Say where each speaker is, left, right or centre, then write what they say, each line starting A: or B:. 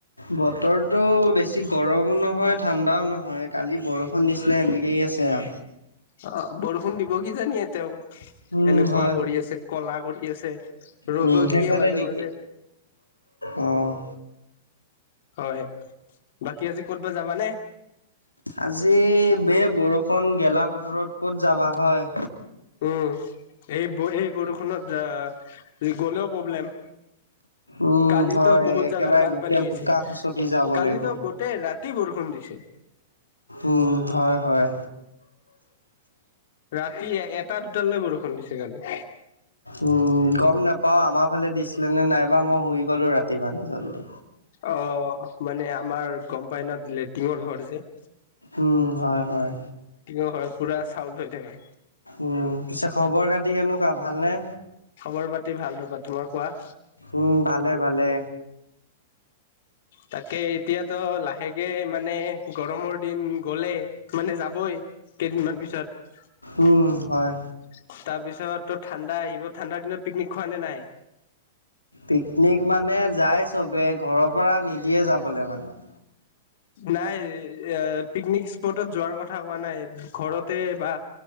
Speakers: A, on the left; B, on the left.
A: বতৰটো বেছি গৰমো নহয়, ঠাণ্ডাও নহয় কালি বৰ ষূণ দিছিলে এনেকৈয়ে আছে আ,
B: অ, বৰষুণ দিব কি জানিয়ে তেওঁ
A: উম
B: এনেকুৱা
A: হয়
B: কৰি আছে, কলা কৰি আছে ৰ'দত
A: উম সেইফালে
B: দিয়ে মাজে-মাজে।
A: নেকি অ',
B: হয়, বাকী আজি ক'তবা যাবানে?
A: আজি বে বৰষুণ গেলা বতৰত ক'ত যাবা হয়।
B: উম, এই-এই বৰষুণত গ'লেও প্ৰব্লেম?
A: উম
B: কালিতো
A: হয়
B: বহুত
A: একেবাৰে
B: জাগাত বানপানী
A: গোটেই
B: হৈছে।
A: বোকা খচকি যাব
B: কালিতো
A: লাগিব
B: গোটেই ৰাতি বৰষুণ দিছে।
A: উম, হয়-হয়।
B: ৰাতি এ এটাত দুটালে বৰষুণ দিছে কালি।
A: উম, গম নোপাও, আমাৰ ফালে দিছিলে নে নাইবা মই শুই গলো ৰাতি মানে জল্দি।
B: অ, মানে আমাৰ গম পাই ন লেটিঙৰ ঘৰ যে।
A: উম, হয়-হয়।
B: টিঙৰ ঘৰত পুৰা চাউন হৈ থাকে।
A: উম, পিছে খবৰ-খাটি কেনেকুৱা ভাল নে?
B: খবৰ পাতি ভাল ৰবা, তোমাৰ কোৱা?
A: উম, ভালে-ভালে।
B: তাকে এতিয়াতো লাহেকে মানে গৰমৰ দিন গ'লে। মানে, যাবই কেইদিনমান পিছত।
A: উম,
B: তাৰপিছত
A: হয়।
B: ত ঠাণ্ডা আহিব ঠাণ্ডাৰ দিনত পিকনিক খোৱা নে নাই।
A: পিকনিক মানে যায় চবেই ঘৰৰ পৰা নিদিয়ে যাবলে মানে।
B: নাই এই এ পিকনিক স্পটত যোৱাৰ কথা কোৱা নাই। ঘৰতে বা,